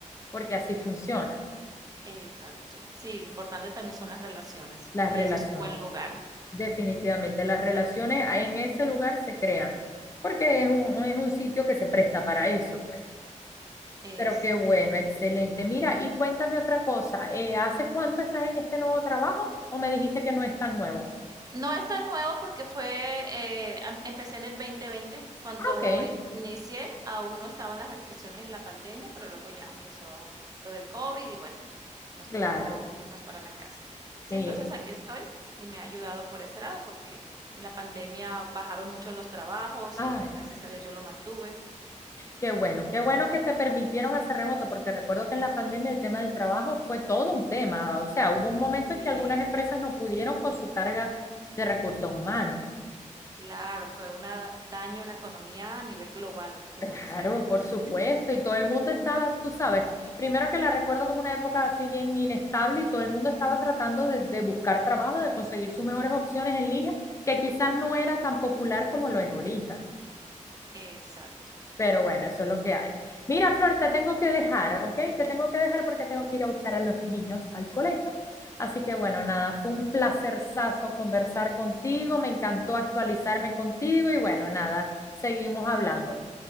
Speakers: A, on the left; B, on the right.
A: porque así funcionan
B: exacto. Sí, importante también son las relaciones,
A: las
B: y
A: relaciones.
B: eso es un buen lugar.
A: Definitivamente, las relaciones ahí en ese lugar se crean, porque es un, es un sitio que se presta para eso, pues.
B: Exacto.
A: Pero qué bueno, excelente. Mira, y cuéntame otra cosa, eh, ¿hace cuánto estás en este nuevo trabajo o me dijiste que no es tan nuevo?
B: No es tan nuevo porque fue, eh, am empecé en el 2020, cuando
A: Ah, ok.
B: in inicié aún no estaban las restricciones de la pandemia, pero luego ya empezó lo del COVID y bueno, nos
A: Claro,
B: tocó irnos para la casa.
A: sí.
B: Sí, entonces aquí estoy y me ha ayudado por ese lado, porque en la pandemia bajaron mucho los trabajos
A: Ay,
B: y gracias a Dios yo lo mantuve.
A: qué bueno, qué bueno que te permitieron hacer remoto, porque recuerdo que en la pandemia el tema del trabajo fue todo un tema. O sea, hubo un momento
B: Sí,
A: en que algunas empresas no pudieron con su carga de recursos humanos.
B: claro, fue un daño en la economía a nivel global que
A: Claro,
B: hubo en esa época.
A: por supuesto,
B: <laughs> Sí,
A: y todo el mundo estaba, tú sabes, primero que la recuerdo como una época así bien inestable y todo el mundo estaba tratando de, de buscar trabajo, de conseguir sus mejores opciones en línea, que quizás no era tan popular como lo es ahorita.
B: exacto.
A: Pero bueno, eso es lo que hay. Mira, Flor, te tengo que dejar, ¿ok? Te tengo que dejar porque tengo que ir a buscar a los niños al colegio. Así que bueno, nada, fue un placerzazo conversar contigo, me encantó actualizarme contigo y bueno, nada, seguimos hablando.